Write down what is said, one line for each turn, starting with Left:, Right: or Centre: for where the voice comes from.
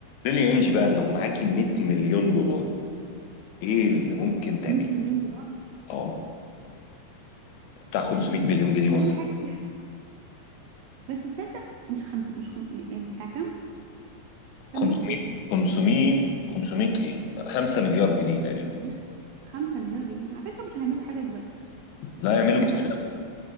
Left: ليلي انجي بقى لو معاكي 100 مليون دولار ايه اللي ممكن تعمليه
Right: 100 مليون دولار
Left: اه بتاع 500 مليون جنيه مصر
Right: ده هعمل حاجات كتير بس تصدق مش خمس مش خم... م- بتاع كام كام
Left: 500
Right: مصري
Left: 500 500 ايه 5 مليار جنيه تقريبا
Right: لا 5 مليار جنيه على فكرة مش هيعملوا حاجة دلوقتي
Left: لا يعملوا
Right: تصدق
Left: كتير
Right: بقى
Left: أوي.